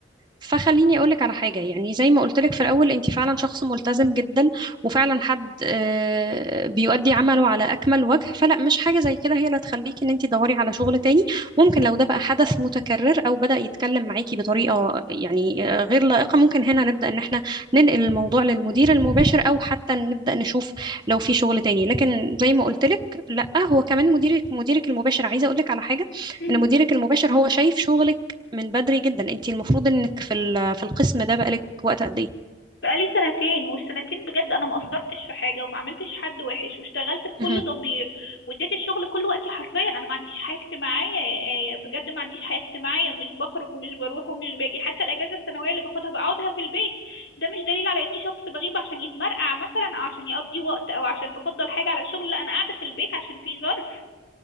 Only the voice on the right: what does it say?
فخليني اقولك على حاجه يعني زي ما قلتلك في الاول انت فعلا شخص ملتزم جدا وفعلا حد آه، بيؤدي عمله على اكمل وجه فلا مش حاجه زي كده هي اللي تخليكي ان انت تدوري على شغل تاني ممكن لو ده بقى حدث متكرر او بدا يتكلم معاكي بطريقه يعني آه، غير لائقه ممكن هنا نبدا ان احنا ننقل الموضوع للمدير المباشر او حتى نبدا نشوف لو في شغل تاني لكن زي ما قلتلك لا هو كمان مديرك مديرك المباشر عايزه اقولك على حاجه
ان مديرك المباشر هو شايف شغلك من بدري جدا انتي المفروض انك في ال- في القسم ده بقالك وقت قد ايه
مهم.